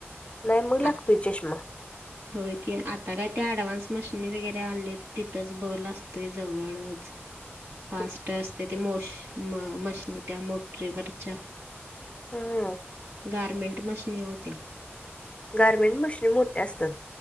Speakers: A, on the left (about 25°); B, on the right (about 60°).
A: नाही म लागतोय
B: आत-
A: चष्मा.
B: होय की, आता काय त्या ऍडव्हान्स मशिनी वगैरे आलेत, तिथंच बल असतोय जवळच.
A: ह <inaudible>
B: फास्ट असतय त्या मोश म मशनी त्या मोटरीवरच्या.
A: ह <unintelligible>
B: गारमेंट मशिनी ओ त्या?
A: गारमेंट मशनी मोठ्या असतात.